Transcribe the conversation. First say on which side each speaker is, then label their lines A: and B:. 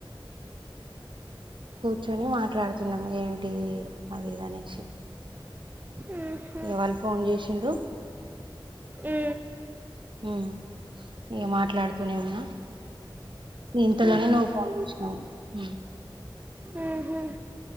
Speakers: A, on the right (about 65°); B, on the right (about 20°).
A: కూర్చొని మాట్లాడుతున్నాం ఏంటి అంటే అది ఇదినేసి
B: ఉహు
A: ఎవాళు ఫోన్ చేసిండ్రు
B: ఈ
A: ఏ మాట మాట్లాడుతూనే ఉన్నా ఇంతలోనే
B: ఉమ్
A: నువ్వు ఫోన్ చేసినావు హ
B: ఆహా